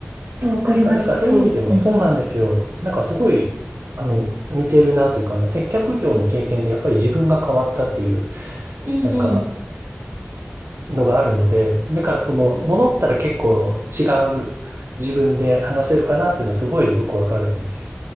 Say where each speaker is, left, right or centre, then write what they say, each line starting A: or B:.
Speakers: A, on the right (about 65°); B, on the right (about 80°).
A: や、わかります。
B: だから、なんかそういう意味では、
A: そう。うん。
B: そうなんですよ。なんかすごい、あの、似てるなというか、あの、接客業の経験でやっぱり自分が変わったっていう、
A: うんうん。
B: なんか、のがあるので、だからその、戻ったら結構違う自分で話せるかなっていうのはすごいよくわかるんですよ。